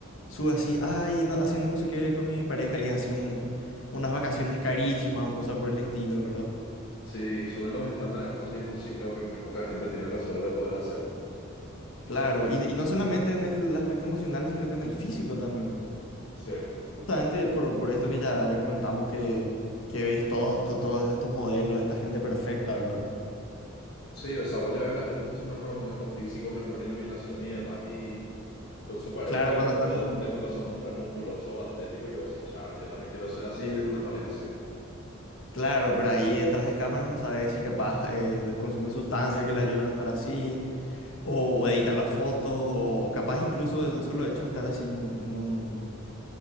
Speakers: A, on the left; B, on the left.
A: sube así, ay, no, haciendo no sé qué con mi pareja y es así un, unas vacaciones carísimas o cosas por el estilo, ¿verdad?
B: Sí, suben los estándares a cosas imposibles o que muy poca gente tiene la suerte de poder hacer.
A: Claro, y, y no solamente en el aspecto emocional, sino que en el físico también.
B: Cierto.
A: Justamente por, por esto que ya, ya comentamos que, que ves todo- to- todos estos modelos, esta gente perfecta, ¿verdad?
B: Sí, o sea, vos le ves a la gente en su mejor momento físico, mejor iluminación y demás, y, y con su pareja,
A: Claro,
B: y
A: cuando
B: te- los
A: están,
B: dos, por ejemplo, son re musculosos, atléticos, y vos decís, cha, yo también quiero ser así,
A: eh,
B: tener una pareja así.
A: claro, pero ahí detrás de cámaras no sabes si capaz eh, de- consumen sustancias que le ayudan a estar así, o, o editan las fotos, o, o capaz incluso el solo hecho de estar así en, en un,